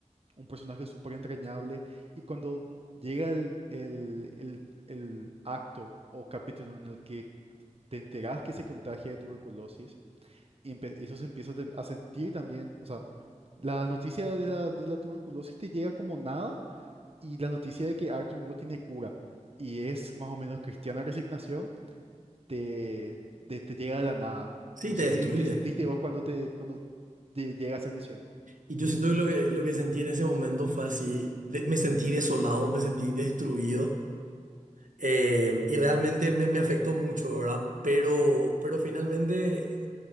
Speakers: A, on the right; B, on the right.
A: un personaje súper entrañable. Y cuando llega el, el- el- el acto o capítulo en el que te enteras que se contagia de tuberculosis, y, empe- y eso se empieza a tem- a sentir también, o sea, la noticia de la, de la tuberculosis te llega como nada y la noticia de que Arthur no tiene cura y es más o menos cristiana resignación te, te, te llega de la nada.
B: Sí,
A: No
B: te
A: sé
B: destruye.
A: qué, qué sentiste vos cuando te, cuando te llega esa misión.
B: Y yo siento que lo que, lo que sentí en ese momento fue así, de- me sentí desolado, me sentí destruido eh, y realmente me, me afectó mucho, ¿verdad? Pero, pero finalmente